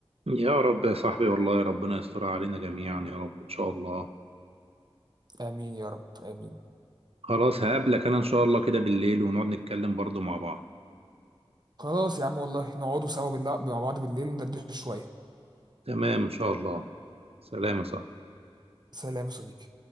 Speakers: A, on the right (about 75°); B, on the right (about 45°).
A: يا رب يا صاحبي والله ربنا يستر علينا جميعا يا رب ان شاء الله
B: آمين يا رب آمين
A: خلاص هقابلك انا ان شاء الله كده بالليل ونقعد نتكلم برضو مع بعض
B: خلاص يا عم والله نقعدوا سوا بالله مع بعض بالليل ندردش شوية
A: تمام ان شاء الله سلام يا صاحبي
B: سلام يا صديقي